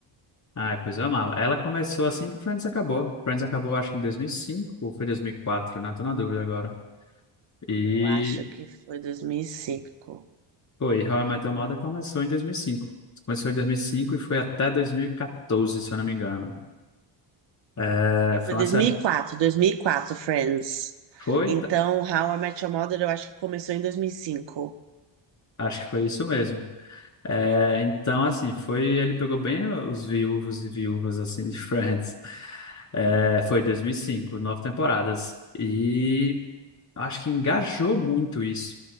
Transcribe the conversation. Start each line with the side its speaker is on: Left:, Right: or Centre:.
Left: Ah, pois eu amava. Ela começou assim que Friends acabou. Friends acabou, acho que em 2005 ou foi 2004, né? Tô na dúvida agora. E,
Right: Eu acho que foi dois mil E cinco
Left: foi e How I Met Your Mother começou em 2005. Começou em 2005 e cinco e foi até 2014, se eu não me engano. É,
Right: E
Left: foi
Right: Foi dois
Left: uma série.
Right: dois mil mil e quatro dois mil e quatro Friends.
Left: Foi.
Right: Então, How I Met Your Mother, eu acho que começou em dois mil e cinco
Left: Acho que foi isso mesmo. É, então, assim, foi. Ele pegou bem os viúvos e viúvas, assim, de Friends. É, foi 2005, nove temporadas. E acho que engajou muito isso.